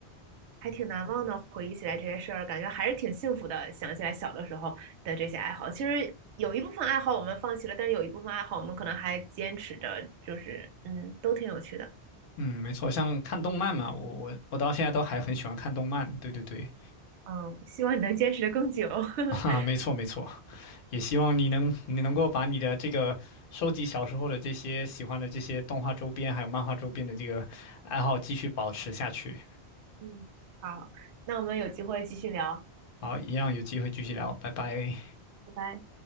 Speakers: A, on the right; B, on the left.
A: 还挺难忘的。回忆起来这些事儿，感觉还是挺幸福的。想起来小的时候的这些爱好，其实有一部分爱好我们放弃了，但是有一部分爱好我们可能还坚持着，就是嗯，都挺有趣的。
B: 嗯，没错，像看动漫嘛，我我我到现在都还很喜欢看动漫。对对对，
A: 嗯，希望你能坚持的更久。<laughs>
B: 哈哈，没错没错，也希望你能你能够把你的这个收集小时候的这些喜欢的这些动画周边还有漫画周边的这个爱好继续保持下去。
A: 嗯，好，那我们有机会继续聊，
B: 好，一样有机会继续聊，拜拜。
A: 拜拜。